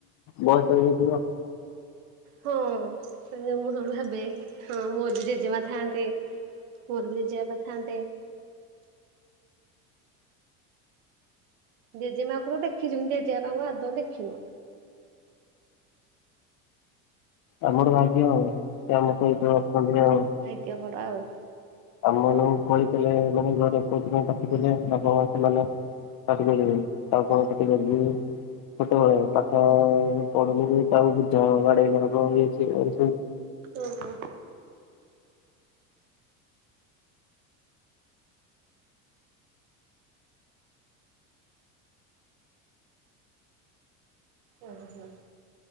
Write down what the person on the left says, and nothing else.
ବୟସ ହେଇଯାଇଥିବ।
ଆମର ଭାଗ୍ୟ ଆଉ ସେ ଆମ ପାଇଁ ଜବ୍ କଲେ ଆଉ।
ଆମ ମାନଙ୍କୁ କହିଥିଲେ ମାନେ ଘରେ <unintelligible> ପାଟିକଲେ ବାପ ମା ସେମାନେ ପାଟି କରିବେ ତ ଆଉ କଣ କଟି କରିବି ଛୋଟବେଳେ ପାଠ ପଢିଲେବି ତାକୁ ବୁଝା ବାଡେଇଲେ ହବ ଇଏ ସିଏ <unintelligible>